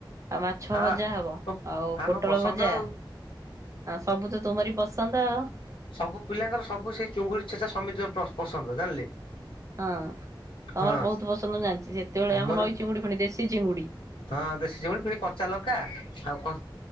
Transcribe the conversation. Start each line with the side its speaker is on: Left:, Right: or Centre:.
Right: ଆଉ ମାଛ
Left: ହଁ
Right: ଭଜା ହବ ଆଉ
Left: ହଁ
Right: ପୋଟଳ
Left: ମୋ ପସନ୍ଦ
Right: ଭଜା
Left: ଆଉ
Right: ସବୁ ତ ତୁମରି ପସନ୍ଦ ହଁ।
Left: ସବୁ ପିଲାଙ୍କର ସବୁ ସେଇ ଚୁଙ୍ଗୁଡ଼ି ଛେଚା ସମିତିଙ୍କ ପସନ୍ଦ ଜାଣିଲେ।
Right: ହଁ ତମର
Left: ହଁ
Right: ବହୁତ ପସନ୍ଦ ଜାଣିଛି ସେତେବେଳେ ଆମର
Left: ମୋର
Right: ନଈ ଚିଙ୍ଗୁଡ଼ି ଫୁଣି ଦେଶୀ ଚିଙ୍ଗୁଡ଼ି
Left: ହଁ ଦେଶୀ ଚିଙ୍ଗୁଡ଼ି ଫିଣି କଞ୍ଚାଲଙ୍କା ଆଉ କ